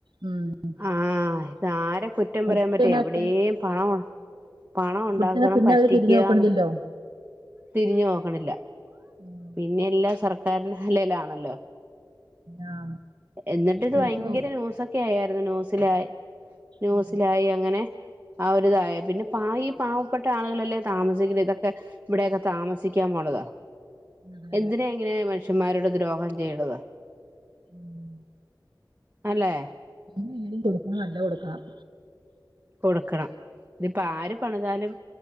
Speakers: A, on the right; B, on the right.
A: ഉം
B: ആഹ് ഇതാരെ കുറ്റം
A: കൊട്ത്തയന
B: പറയാൻ പറ്റും എവിടെയും
A: പിന്നെ-
B: പണം പണം ഉണ്ടാക്കണം
A: കൊടുത്ത് കയിഞ്ഞ പിന്നെ
B: പറ്റിക്കുകന്ന്
A: അവര് തിരിഞ്ഞ് നോക്കണതില്ലോ?
B: തിരിഞ്ഞു നോക്കണില്ല
A: ഉം
B: പിന്നെ എല്ലാ സർക്കാരിൻ തലയിലാണല്ലോ?
A: ആ
B: എന്നിട്ട് ഇത്
A: തിരിച്ചു
B: ഭയങ്കര
A: പോകും
B: ന്യൂസൊക്ക- ഒക്കെ ആയിരുന്നു ന്യൂസിലായി ന്യൂസിലായി
A: ഉം
B: അങ്ങനെ- ആഹ് ഒരു ഇതായ പിന്നെ പ ഈ പാവപ്പെട്ട ആളുകളല്ലേ താമസിക്കണ ഇതൊക്കെ- ഇവിടെക്കെ താമസിക്കാൻ പോണത്
A: അതെ അതെ
B: എന്തിനാ ഇങ്ങനെ മനുഷ്യൻമാരോട് ദ്രോഹം ചെയ്യണത്.
A: ഉം
B: അല്ലേ
A: നല്ല കൊടുക്കുമ്പോ നല്ലത് കൊടുക്കണം.
B: കൊടുക്കണം ഇതിപ്പോ ആര് പണിതാലും.